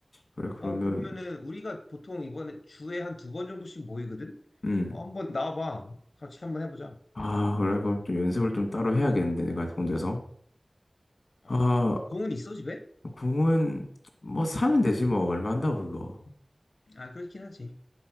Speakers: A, on the left; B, on the left.
A: 그래, 그러면
B: 어, 그러면은 우리가 보통 이번에 주에 한 두 번 정도씩 모이거든?
A: 음.
B: 어, 한번 나와봐. 같이 한번 해보자.
A: 아, 그래 그럼 좀 연습을 좀 따로 해야겠는데 내가 혼자서.
B: 어,
A: 아,
B: 공은 있어, 집에?
A: 공은 뭐 사면 되지 뭐 얼마 한다고 그거.
B: 아, 그렇긴 하지.